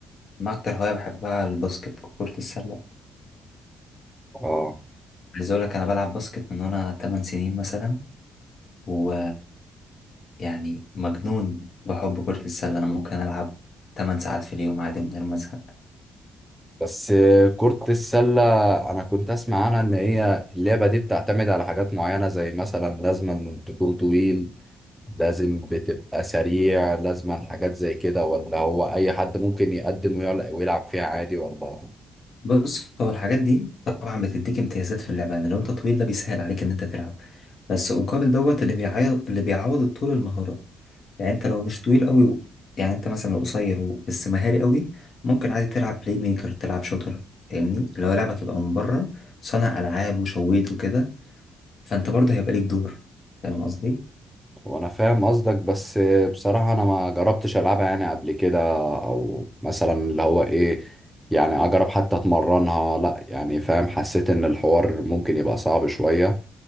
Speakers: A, on the left; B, in the centre.
A: انا اكتر هواية بحبها الباسكت كرة السلة
B: اه
A: عايز اقول لك انا بلعب باسكت من وانا 8 سنين مثلا و يعني مجنون بحب كرة السلة انا ممكن العب 8 ساعات في اليوم عادي من غير ما ازهق
B: بس كرة السلة أنا كنت أسمع عنها إن هي اللعبة دي بتعتمد على حاجات معينة زي مثلا لازم تكون طويل لازم بتبقى سريع لازم حاجات زي كده ولا هو أي حد ممكن يقدم ويلع- ويلعب فيها عادي ولا
A: بص هو الحاجات دي طبعا بتديك امتيازات في اللعبة يعني لو انت طويل ده بيسهل عليك ان انت تلعب بس مقابل دوت اللي بيعوض اللي بيعوض الطول المهارة يعني انت لو مش طويل قوي و... يعني انت مثلا لو قصير و... بس مهاري قوي ممكن عادي تلعب بلاي ميكر تلعب شوتر فاهمني لو لعبك يبقى من بره صانع العاب وشويت وكده فانت برضه هيبقى ليك دور فاهم قصدي
B: وأنا فاهم قصدك بس بصراحة أنا ما جربتش ألعبها يعني قبل كده أو مثلا اللي هو إيه يعني أجرب حتى أتمرنها لأ يعني فاهم حسيت إن الحوار ممكن يبقى صعب شوية